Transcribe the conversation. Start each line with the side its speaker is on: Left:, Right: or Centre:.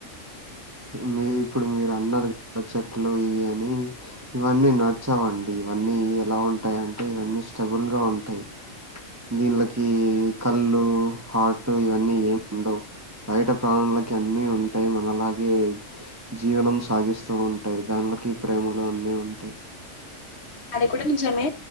Right: మీ ఇప్పుడు మీరు అన్నారు <unintelligible> ట్లు ఇవి అని ఇవన్నీ నడచావండి ఇవన్నీ ఎలా ఉంటాయి అంటే ఇవన్నీ స్టెబుల్ గా ఉంటాయి దీనిలోకి కళ్ళు హార్ట్ ఇవన్నీ ఏమి ఉండవు బయట ప్రాణులకి అన్ని ఉంటాయి మనలాగే జీవనం సాగిస్తూ ఉంటాయి దానిలకి ప్రేమలు అన్ని ఉంటాయి
Left: అది కూడా నిజ్జమే